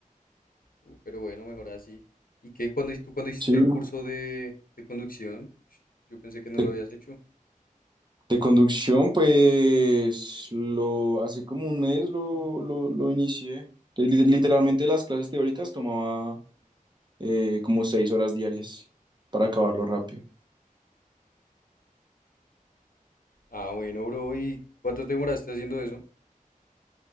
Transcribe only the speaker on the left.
Uh, pero bueno, mejor así. ¿Y qué cuando tú cuando hiciste
el curso de, de conducción? Yo pensé que no
lo habías hecho.
Ah, bueno, bro, ¿y cuánto te demoraste haciendo eso?